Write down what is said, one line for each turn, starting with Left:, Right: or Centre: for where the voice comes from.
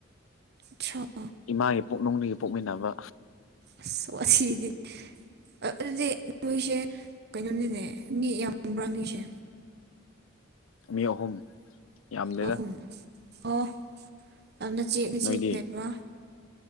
Right: ꯆꯣ <unintelligible>
Left: ꯏꯃꯥꯒꯤ ꯄꯨꯛꯅꯨꯡꯗꯒꯤ ꯄꯣꯛꯃꯤꯟꯅꯕ
Right: ꯑꯁ ꯋꯥꯁꯤꯗꯤ ꯑ ꯑꯗꯨꯗꯤ ꯅꯣꯏꯁꯦ ꯀꯩꯅꯣꯅꯤꯅꯦ ꯃꯤ ꯌꯥꯝꯕ꯭ꯔꯥ ꯅꯣꯏꯁꯦ
Left: ꯃꯤ ꯑꯍꯨꯝ ꯌꯥꯝꯗꯦꯗ
Right: ꯑꯍꯨꯝ ꯑꯣ ꯑꯗꯨ ꯅꯆꯦ ꯅꯆꯦꯗꯤ
Left: ꯅꯣꯏꯗꯤ
Right: ꯂꯩꯕ꯭ꯔꯣ